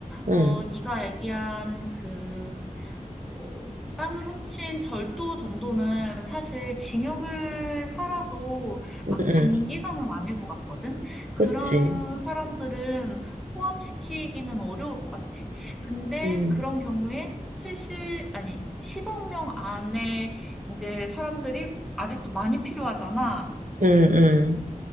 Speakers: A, on the right; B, in the centre.
A: 응,
B: 어, 네가 얘기한 그, 뭐, 빵을 훔친 절도 정도는 사실 징역을 살아도
A: 응,
B: 막 긴
A: 응,
B: 기간은 아닐 것 같거든? 그런
A: 그치.
B: 사람들은 포함시키기는 어려울 것 같아. 근데
A: 응,
B: 그런 경우에 칠십 아니, 10억 명 안에 이제 사람들이 아직도 많이 필요하잖아.
A: 응, 응,